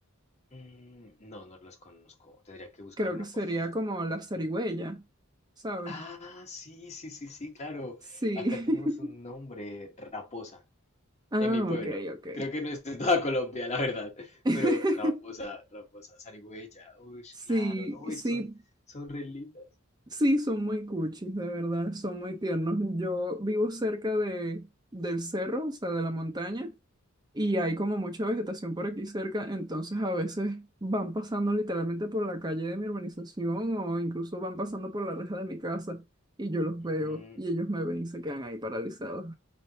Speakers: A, on the left; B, on the right.
A: Mm, No, no los conozco. Tendría que buscar
B: Creo
A: una
B: que sería
A: foto.
B: como la zarigüeya, ¿sabes?
A: Ah, sí, sí, sí, sí, claro.
B: Sí.
A: Acá tenemos
B: <laughs>
A: un nombre, Raposa,
B: Ah,
A: en mi pueblo.
B: ok, ok.
A: Creo que no es en toda Colombia, la verdad.
B: <laughs>
A: Pero Raposa, Raposa, zarigüeya. Uy,
B: Sí,
A: claro, no,
B: sí,
A: y son, son re lindas.
B: Sí, son muy cuchis, de verdad, son muy tiernos. Yo vivo cerca de, del cerro, o sea, de la montaña, y hay como mucha vegetación por aquí cerca, entonces a veces van pasando literalmente por la calle de mi urbanización o incluso van pasando por la reja de mi casa y yo los
A: Ujú.
B: veo y ellos me ven y se quedan ahí paralizados.